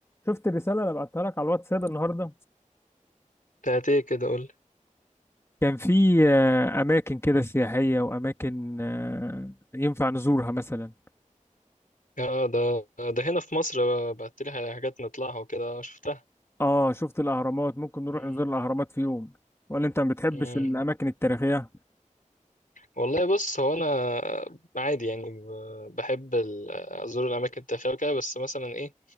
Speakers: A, on the left (about 20°); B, on the left (about 90°).
A: شفت الرسالة اللي بعتها لك على الواتساب النهاردة
B: بتاعت ايه كده قول لي
A: كان في آه، أماكن كده سياحية وأماكن آه، ينفع نزورها مثلا
B: اه ده ده هنا في مصر بقى- بعت لي حاجات نطلعها وكده شفتها
A: اه شفت الأهرامات ممكن نروح
B: مم.
A: نزور الأهرامات في يوم ولا أنت ما بتحبش
B: مم.
A: الأماكن التاريخية؟
B: والله بص هو انا عادي يعني ب- بحب ال- ازور الاماكن التاريخيه وكده بس مثلا ايه